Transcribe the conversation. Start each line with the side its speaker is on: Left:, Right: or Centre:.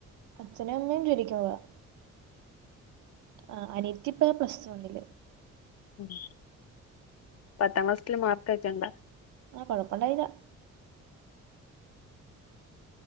Right: അച്ഛനും അമ്മയും <unintelligible> ആ അനയത്തിപ്പാ പ്ലസ് വൺല
Left: മ് പത്താം ക്ലാസ്ല്ല് മാർക്ക്ക്കണ്ട
Right: ആ കുഴപ്പമണ്ടായില്ലാ